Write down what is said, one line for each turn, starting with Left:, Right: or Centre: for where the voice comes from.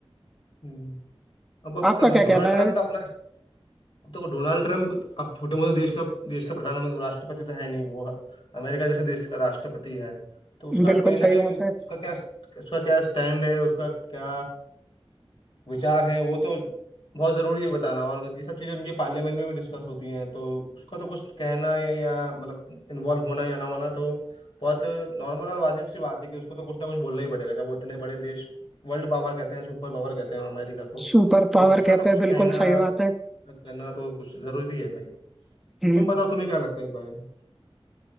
Left: हम्म अब अब
Centre: आपका
Left: तो
Centre: क्या
Left: डोनाल्ड
Centre: कहना
Left: ट्रम्प
Centre: है
Left: का अपना अब देखो डोनाल्ड ट्रम्प अब छोटे मोटे देश का देश का प्रधानमंत्री राष्ट्रपति तो है नहीं वो अमेरिका जैसे देश का राष्ट्रपति है तो उसका
Centre: बिल्कुल
Left: तो कहीं ना
Centre: सही
Left: कहीं
Centre: बात है
Left: उसका क्या उसका क्या स्टैंड है उसका क्या विचार है वो तो बहुत जरूरी है बताना और ये सब चीजें उनके पार्लियामेंट में भी डिस्कस होती हैं तो उसका तो कुछ कहना है या मतलब इन्वॉल्व होना या ना होना तो बहुत नॉर्मल और वाजिब सी बात है कि उसको तो कुछ ना कुछ बोलना ही पड़ेगा जब वो इतने बड़े देश वर्ल्ड पावर कहते हैं सुपर पावर कहते हैं अमेरिका को
Centre: सुपर पावर
Left: तो उसका
Centre: कहते
Left: तो कुछ
Centre: हैं बिल्कुल
Left: कहना
Centre: सही बात है
Left: करना तो कुछ जरूरी है भाई
Centre: हम्म।
Left: तुम बताओ तुम्हें क्या लगता है इस बारे में